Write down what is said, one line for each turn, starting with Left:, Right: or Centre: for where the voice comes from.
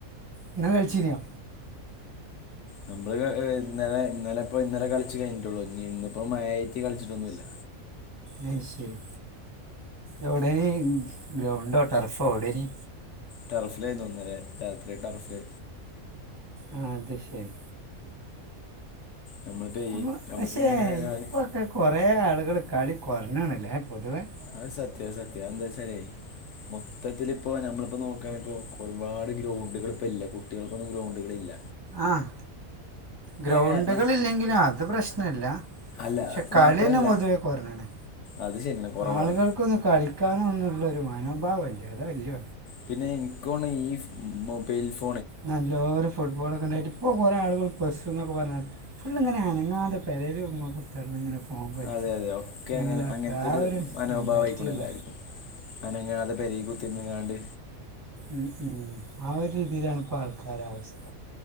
Right: ഇങ്ങള് കൾച്ചീ ന്യോ
Left: നമ്മള് ഇന്നലെ ഇന്നലെ പ്പോ ഇന്നലെ കളിച്ച് കഴിഞ്ഞിട്ടുള്ളു ഇ ഇന്നിപ്പോ മഴായിട്ട് കളിച്ചിട്ടൊന്നുല്ല
Right: അഹ് ശരി എവിടെൻ ഗ്രൗണ്ടോ ടർഫോ എവിടെ നി
Left: ടർഫിലേന്നു ഇന്നലെരാത്രി ടർഫ്
Right: ആ അത് ശരി
Left: നമ്മളിപ്പോ
Right: നമ്മൾ
Left: ഈ നമുക്കിങ്ങനെ
Right: പക്ഷേ
Left: ഞാൻ
Right: ഇപ്പൊ ക്കെ കൊറേ ആളുകള് കളി കുറഞ്ഞണ് ല്ലേ പൊതുവേ
Left: അഹ് സത്യാ സത്യാ എന്താച്ചാലേ മൊത്തത്തില് ഇപ്പോ നമ്മളിപ്പോ നോക്കാണങ്കി പ്പോ ഒരുപാട് ഗ്രൗണ്ടുകൾ ഇപ്പ ഇല്ല കുട്ടികൾക്കൊന്നും ഗ്രൗണ്ടുകൾ ഇല്ല
Right: ആഹ് ഗ്രൗണ്ടുകള്
Left: കാരണം
Right: ഇല്ലെങ്കിലും അത് പ്രശ്നല്ല
Left: അല്ല
Right: പക്ഷെ
Left: അത്
Right: കളി
Left: മാത്രല്ല
Right: ന്നെ പൊതുവേ കൊറഞ്ഞ് ണ്
Left: അത് ശരിയാണ് കുറവാണ്
Right: ആളുകൾക്കൊന്നും കളി ക്കാനൊന്നുള്ള ഒര് മനോഭാവല്ല അതാ വല്യ
Left: പിന്നെ ഇൻകോണ് ണേഈ മൊബൈൽ ഫോ
Right: നല്ലൊരു ഫുട് ഫുട്ബോളൊക്കെ ണ്ടായിട്ട് ഇപ്പോ കുറെ ആളുകൾ പസ്സ്ന്നൊക്കെ പറഞ്ഞാ ഫുൾങ്ങനെ അനങ്ങാതെ പേരേല് ങ്ങ കു ത്തർന്ന് ഇങ്ങനെ ഫോൺ കൾച്ചാ
Left: അതെ അതെ ഒക്കെ
Right: ഇങ്ങനെതാ
Left: അങ്ങനെ അങ്ങനത്തെ
Right: ക്കാആ ഒരു
Left: മനോഭാവമായിക്കോണ്
Right: മെന്റാലിറ്റി ള്ള
Left: എല്ലാവർക്കും അനങ്ങാതെ പെരി കുത്തിർന്ന്ങ്ങാണ്ട്
Right: ഉ ഉം ആ ഒരു രീതിയിലാണ് ഇപ്പ ആൾക്കാര അവസ്ഥ